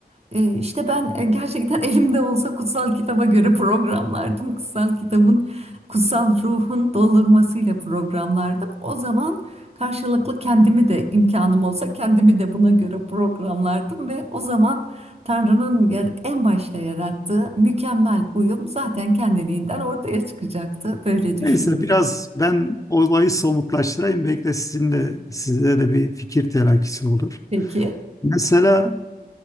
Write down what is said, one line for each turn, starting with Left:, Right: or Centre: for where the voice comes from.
Right: E, işte ben e, gerçekten <laughs> elimde olsa kutsal kitaba göre programlardım. Kutsal kitabın, kutsal ruhun doldurmasıyla programlardım. O zaman karşılıklı kendimi de imkanım olsa kendimi de buna göre programlardım ve o zaman Tanrı'nın yer, en başta yarattığı mükemmel uyum zaten kendiliğinden ortaya çıkacaktı. Böyle düşünüyorum.
Left: Neyse biraz ben olayı somutlaştırayım. Belki de sizin de size de bir fikir telakkisi olur.
Right: Peki.
Left: Mesela